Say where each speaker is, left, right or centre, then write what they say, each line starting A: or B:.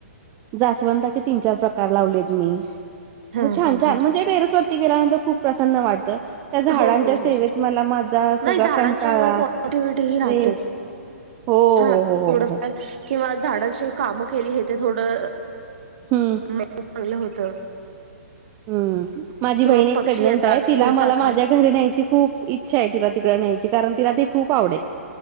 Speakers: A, on the right (about 25°); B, on the right (about 45°).
A: जास्वंताचे तीन चार प्रकार लावलेत मी असं
B: हा
A: छान
B: हा
A: छान
B: ह
A: म्हणजे टेरेसवर ती गेल्यानंतर खूप प्रसन्न वाट त त्या झाडांच्या
B: हो हो
A: सेवेत
B: हो
A: मला माझा
B: नाही
A: सगळा
B: झाडांच्या
A: कंटाळा
B: मुळे पॉझिटिव्हिटी
A: स्ट्रेस
B: ही राहतेच
A: हो
B: हा
A: हो हो हो
B: थोडंफार
A: हो
B: किंवा झाडांची कामं केली हे ते थोडं
A: हं,
B: म चांगलं होत.
A: हम् माझी
B: किंवा
A: बहीण एक
B: पक्षी
A: प्रेग्नेंट
B: येतात
A: आहे तिला
B: फुलपाखरत
A: मला माझ्या घरी न्यायची खूप इच्छा आहे तिला तिकड न्यायची कारण तिला ते खूप आवडेल